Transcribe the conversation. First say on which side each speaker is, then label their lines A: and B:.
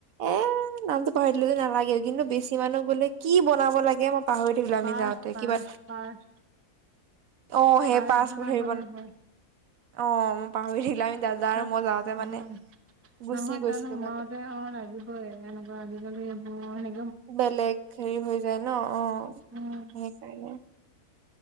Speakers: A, on the right; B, on the right.
A: এ নামতটো পাহৰি দিলো নালাগেও কিন্তু বেছি মানুহ গ'লে কি বনাব লাগে মই পাহৰি থিলো আমি
B: পাৰ্ক
A: যাওঁ।
B: পাৰ্ক
A: কিবা
B: পাৰ্ক
A: অ সেই
B: পাৰ্ক
A: পাছ
B: বনাব
A: পহৰিবন
B: লাগিব
A: অ', মই পাহৰি দিলো আমি দাদা
B: তাত
A: আৰু মই যাওঁতে মানে
B: অ
A: গুচি
B: নহয়
A: গৈছিলো
B: ত সোমাওতে
A: মানে
B: অ লাগিবই এনেকুৱা আজিকালি এইবোৰ সেনে
A: বেলেগ হেৰি হৈ যায় ন অ
B: উম
A: সেইকাৰণে।